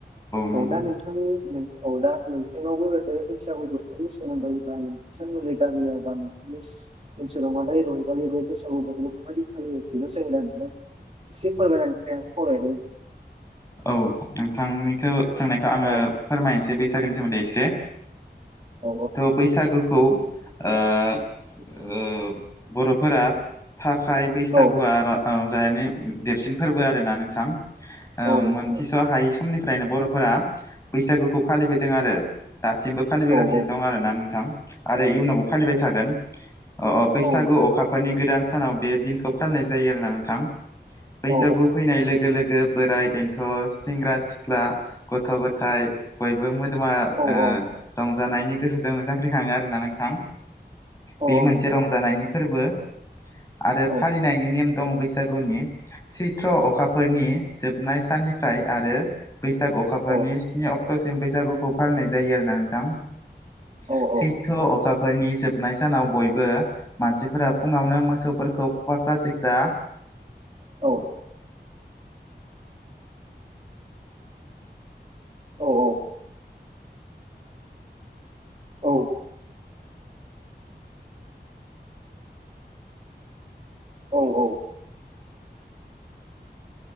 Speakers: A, on the left (about 15°); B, on the right (about 35°).
A: नंगौ
B: औ दा नों नोंथांनि प्लैद औना नों हेंयावबो होदे बैससागु बोथोरनि सोमोन्दै बायो बिथांमोननि गामि गामि बेस ओनसोलाव माबाय रंबानाय बे बैसागु बोदोनखौ फालि फालियो बिनो सोमो नांफ्राय। सिम फोरमायनाय नोंथां खावलायहरनाय
A: औ नोंथांनिखौ सोंनायखौ आङो
B: औ
A: फोरमायनोसै बैसागोनि सोमोन्दै एसे।
B: औ
A: थ' बैसागुखौ ओयो ओयो बर'फोरा थाखाय बैसागुआ
B: औ
A: र ओ रंजानायनि देरसिन फोरबो आर ना नोंथां। ओ
B: औ नोंथां
A: मोनथिस' हायै समनिफ्रायनो बर'फोरा बैसागुखौ फालिबोदों आरो। दासिमबो फालिबोगासिनो
B: औ औ
A: दं आरो ना नोंथां आरो इयुनावबो फालिबाय थागोन। अ अ बैसागु
B: औ
A: अखाफोरनि गोदान सानाव बे दिनखौ फालिनाय जायो आरोना नोंथां। बैसागु
B: औ
A: फैनाय लोगो लोगो बोराइ बेन्थ' सेंग्रा सिख्ला गथ' गथाय बयबो मोदोमा
B: औ
A: ओ
B: औ।
A: रंजानायनि गोसोजों जांख्रि खाङो आरोना नोंथां बे
B: औ औ
A: मोनसे
B: नंगौ
A: रंजानायनि फोरबो आरो
B: औ
A: फालिनायनि नेम दं बैसागुनि चैत्र अखाफोरनि जोबनाय साननिफ्राय आरो बैसागु अखाफोरनि
B: औ
A: स्नि अक्ट'सिम बैसागुखौ फालिनाय जायो आरोोना नोंथां।
B: औ
A: सैथ'
B: औ
A: अखाफोरनि जोब हाबनाय सानाव बयबो मानसिफोरा फुङावनो मोसौफोरखौ फाख्रा सिख्रा
B: औ। औ औ। औ। औ औ।